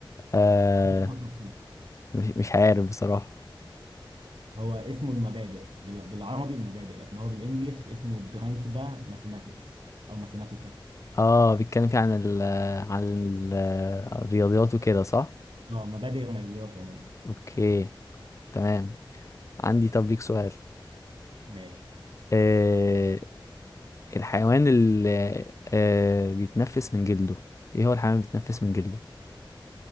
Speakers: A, on the left (about 35°); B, on the right (about 75°).
A: آه،
B: بتفكر فيه
A: مش مش عارف بصراحة
B: هو اسمه المبادئ بال- بالعربي المبادئ لكن هو بالانجلش اسمه برنسبا ماثيماتكس او ماثيماتيكا
A: اه بيتكلم فيه عن ال عن ال الرياضيات وكده صح؟
B: اه مبادئ الرياضيات عموما
A: اوكي تمام عندي طب ليك سؤال
B: ماشي
A: آه الحيوان اللي آه بيتنفس من جلده ايه هو الحيوان اللي بيتنفس من جلده؟